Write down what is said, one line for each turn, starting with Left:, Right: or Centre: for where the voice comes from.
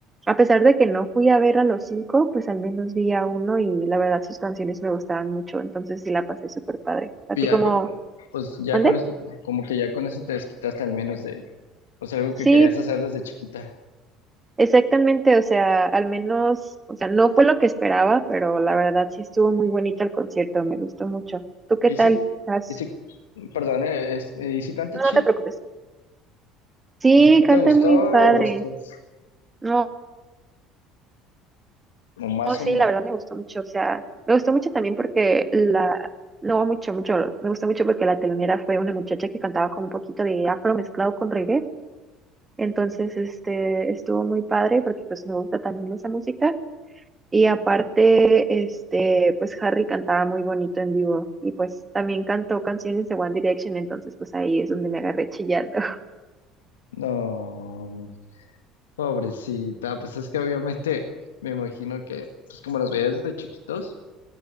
Right: A pesar de que no fui a ver a los cinco, pues al menos vi a uno y la verdad sus canciones me gustaban mucho, entonces sí la pasé súper padre. ¿A
Left: Y
Right: ti
Left: ya,
Right: cómo?
Left: co- pues ya
Right: ¿Mande?
Left: con eso, como que ya con eso te desquitaste al menos de, pues algo
Right: Sí,
Left: que querías hacer desde chiquita.
Right: exactamente, o sea, al menos, o sea, no fue lo que esperaba, pero la verdad sí estuvo muy bonito el concierto, me gustó mucho. ¿Tú qué
Left: ahí
Right: tal?
Left: sí,
Right: ¿Has-
Left: y sí, perdón, eh, es, eh, ¿y si canta
Right: No
Left: chido?
Right: te preocupes. Sí,
Left: O sea, ¿sí
Right: canta
Left: ¿te gustó
Right: muy padre.
Left: o dos, tres?
Right: No,
Left: O más
Right: Oh, sí,
Left: o menos.
Right: la verdad me gustó mucho, o sea, me gustó mucho también porque la, no mucho, mucho, me gustó mucho porque la telonera fue una muchacha que cantaba como un poquito de afro mezclado con reggae, entonces, este, estuvo muy padre porque pues me gusta también esa música y aparte, este, pues Harry cantaba muy bonito en vivo y pues también cantó canciones de One Direction, entonces pues ahí es donde me agarré chillando. <laughs>
Left: No, pobrecita, pues es que obviamente me imagino que, pues como los veías desde chiquitos,